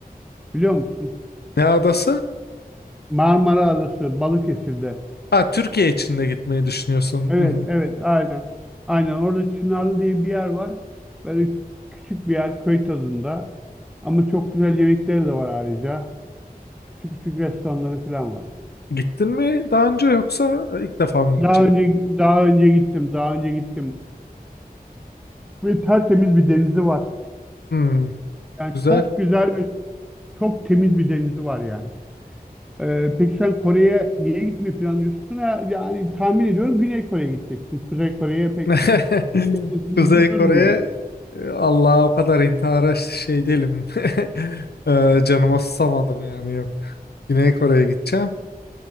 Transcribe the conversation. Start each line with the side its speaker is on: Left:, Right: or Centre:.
Centre: Biliyor musun?
Left: Ne adası?
Centre: Marmara Adası Balıkesir'de.
Left: Ha Türkiye için de gitmeyi düşünüyorsun.
Centre: Evet,
Left: Hı hı.
Centre: evet, aynen. Aynen orada Çınarlı diye bir yer var. Böyle kü- küçük bir yer köy tadında. Ama çok güzel yemekleri de var ayrıca. Küçük küçük restoranları falan var.
Left: Gittin mi daha önce yoksa e, ilk defa mı gideceksin?
Centre: Daha önce daha önce gittim, daha önce gittim. Ve tertemiz bir denizi var.
Left: Hmm,
Centre: Yani
Left: güzel.
Centre: çok güzel ve çok temiz bir denizi var yani. Ee, peki sen Kore'ye niye gitmeyi planlıyorsun? Ha, yani tahmin ediyorum Güney Kore'ye gideceksin. Kuzey Kore'ye pek
Left: <laughs>
Centre: gittiğin
Left: Kuzey
Centre: gibi durmuyor.
Left: Kore'ye e, Allah'a o kadar intihara şey değilim. <laughs> E, canıma susamadım yani yok. Güney Kore'ye gideceğim.